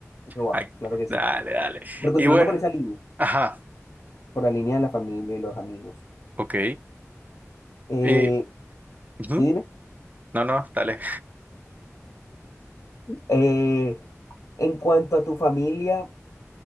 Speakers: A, on the left; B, on the right.
A: Eso va,
B: Ay,
A: claro que
B: dale,
A: sí.
B: dale.
A: Pero continuando
B: Y bueno,
A: por esa línea,
B: ajá,
A: por la línea de la familia y los amigos.
B: ok.
A: Eh,
B: Eh, ujú,
A: sí, dime.
B: No, no, dale.
A: Eh, en cuanto a tu familia.